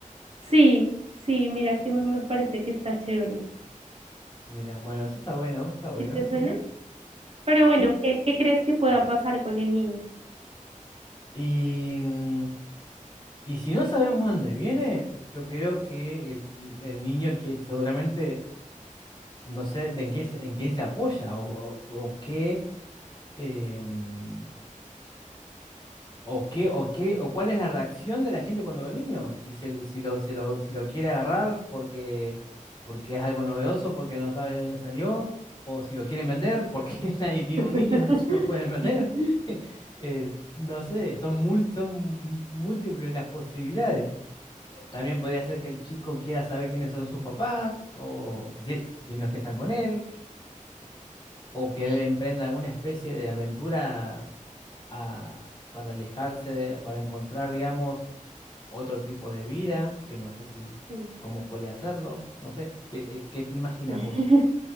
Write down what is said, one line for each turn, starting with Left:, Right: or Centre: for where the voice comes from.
Right: Sí, sí, mira que me me parece que está chévere.
Left: Mira, bueno, eso está bueno, está bueno,
Right: ¿Sí te
Left: sí,
Right: suena? Pero bueno,
Left: sí.
Right: ¿qué, qué crees que pueda pasar con el niño?
Left: Y, mm, Y si no sabemos dónde viene, yo creo que el, el niño que seguramente no sé de en qué, se- en quién se apoya o, o, o qué, em, o qué, o qué, o cuál es la reacción de la gente cuando ve al niño, si se, le- si lo, se lo, si lo quiere agarrar porque, porque es algo novedoso, porque no sabe de dónde salió, o si lo quieren vender porque <laughs> nadie tiene
Right: <laughs>
Left: un niño, entonces lo pueden vender. <laughs> Eh, no sé, son, mul- son múltiples las posibilidades. Eh, También podría ser que el chico quiera saber quiénes son sus papás, o si, si- si no es que están con él, o que él emprenda alguna especie de aventura a- para alejarse, para encontrar, digamos, otro tipo de vida, que no sé si
Right: Sí.
Left: cómo puede hacerlo, no sé, ¿qué, eh, qué te imaginas
Right: <laughs>
Left: vos?